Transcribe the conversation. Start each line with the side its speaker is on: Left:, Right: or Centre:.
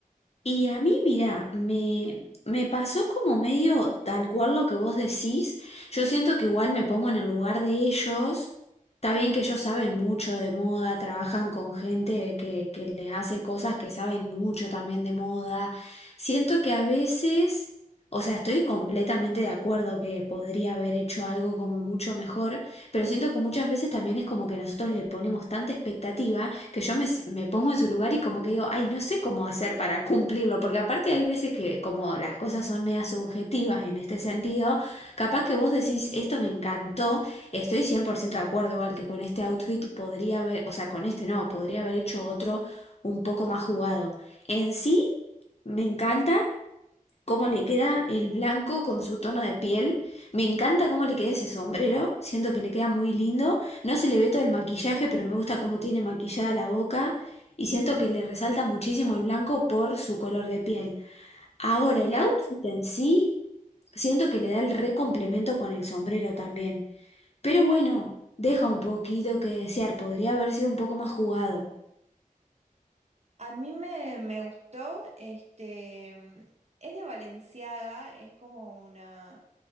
Left: Y a mí, mira, me, me pasó como medio tal cual lo que vos decís. Yo siento que igual me pongo en el lugar de ellos. Está bien que ellos saben mucho de moda, trabajan con gente que, que les hace cosas que saben mucho también de moda. Siento que a veces, o sea, estoy completamente de acuerdo que podría haber hecho algo como mucho mejor, pero siento que muchas veces también es como que nosotros le ponemos tanta expectativa que yo me, s- me pongo en su lugar y como que digo, ay, no sé cómo hacer para cumplirlo, porque aparte hay veces que como las cosas son media subjetivas en este sentido, capaz que vos decís, esto me encantó, estoy 100% de acuerdo igual que con este outfit podría haber, o sea, con este no, podría haber hecho otro un poco más jugado. En sí, me encanta cómo le queda el blanco con su tono de piel. Me encanta cómo le queda ese sombrero, siento que le queda muy lindo. No se le ve todo el maquillaje, pero me gusta cómo tiene maquillada la boca y siento que le resalta muchísimo el blanco por su color de piel. Ahora,
Right: Sí,
Left: el outfit
Right: a,
Left: en sí, siento que le da el re complemento con el sombrero también. Pero bueno, deja un poquito que desear, podría haber sido un poco más jugado.
Right: a mí me, me gustó, este, mm, es de Valenciaga, es como una...